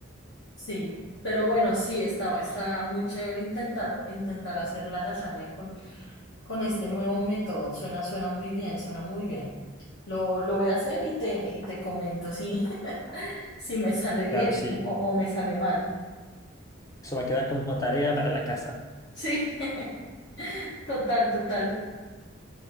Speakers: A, on the left; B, on the left.
A: Sí, pero bueno, sí, está, está muy chévere intentar, intentar hacer la lasaña con, con este nuevo método. Suena, suena muy bien, suena muy bien. Lo, lo voy a hacer y te, y te comento si, <laughs> si me sale
B: Claro,
A: bien
B: sí.
A: o, o me sale mal.
B: Eso va a quedar como tarea para la casa.
A: Sí, <laughs> total, total.